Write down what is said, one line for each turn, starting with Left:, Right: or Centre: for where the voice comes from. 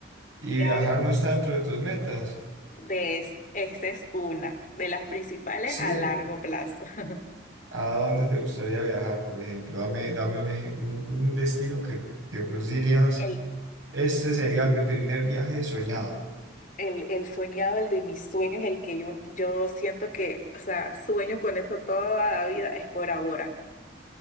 Right: ¿Y
Left: ya
Right: viajar
Left: eso
Right: no está dentro de tus metas?
Left: De es- esta es una de las principales
Right: Sí.
Left: a largo plazo. <laughs>
Right: ¿A dónde te gustaría viajar, por ejemplo? Dame, dame un, eje- un, un destino que, que vos dirías,
Left: el,
Right: este
Left: ujú,
Right: sería mi primer viaje soñado.
Left: el, el soñado, el de mis sueños, el que yo, yo siento que, o sea, sueño con eso toda la vida, es Bora Bora.